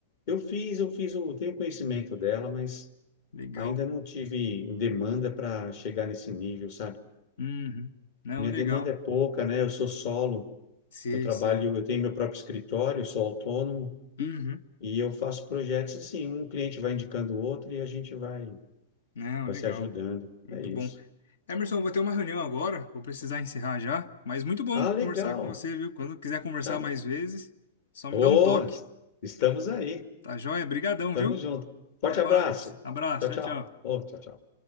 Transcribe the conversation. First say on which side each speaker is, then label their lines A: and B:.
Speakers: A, on the left; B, on the left.
A: eu fiz, eu fiz, eu tenho conhecimento dela, mas
B: Legal.
A: ainda não tive demanda para chegar nesse nível, sabe?
B: Uhum. Não,
A: Minha
B: legal.
A: demanda é pouca, né? Eu sou solo,
B: Sei,
A: eu trabalho,
B: sei.
A: eu tenho meu próprio escritório, sou autônomo
B: Uhum.
A: e eu faço projetos assim, um cliente vai indicando o outro e a gente vai,
B: Não,
A: vai
B: legal.
A: se ajudando.
B: Muito
A: É isso.
B: bom. Emerson, vou ter uma reunião agora. Vou precisar encerrar já. Mas muito bom
A: Ah, legal.
B: conversar com você, viu? Quando quiser conversar
A: Tá bem.
B: mais vezes, só me
A: Ô,
B: dá um toque.
A: estamos aí.
B: Tá joia? Brigadão,
A: Tamo
B: viu?
A: junto. Forte
B: Até mais.
A: abraço.
B: Abraço.
A: Tchau, tchau.
B: Tchau, tchau.
A: Ô, tchau, tchau.